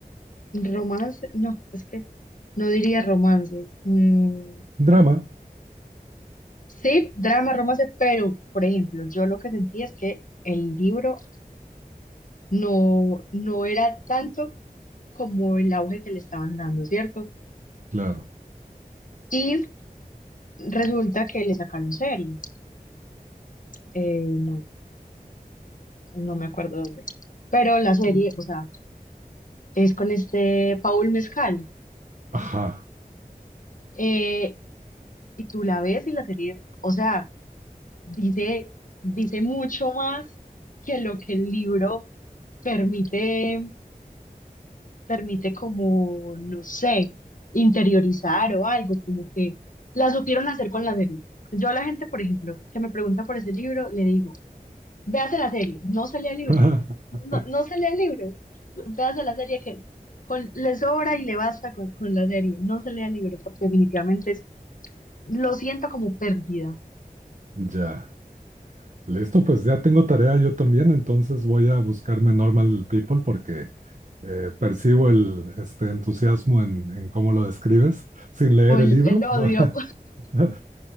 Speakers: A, on the left; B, on the right.
A: Romance, no, es que no diría romance. Mm,
B: Drama,
A: sí, drama, romance, pero, por ejemplo, yo lo que sentía es que el libro no, no era tanto como el auge que le estaban dando, ¿cierto?
B: Claro.
A: Y resulta que le sacaron serie, eh, no, no me acuerdo dónde, pero la serie, o sea, es con este Paul Mezcal.
B: ajá.
A: eh, y tú la ves y la serie, o sea, dice, dice mucho más que lo que el libro permite, permite como, no sé, interiorizar o algo, como que la supieron hacer con la serie. Yo a la gente, por ejemplo, que me pregunta por ese libro, le digo, véase la serie, no se lea el libro,
B: <laughs>
A: no, no se lea el libro, véase la serie que con, le sobra y le basta con, con la serie, no se lea el libro, porque definitivamente es, lo siento como pérdida,
B: Ya. Listo, pues ya tengo tarea yo también, entonces voy a buscarme Normal People porque eh, percibo el este, entusiasmo en, en cómo lo describes sin leer
A: o el,
B: el libro.
A: el odio,
B: <laughs> No,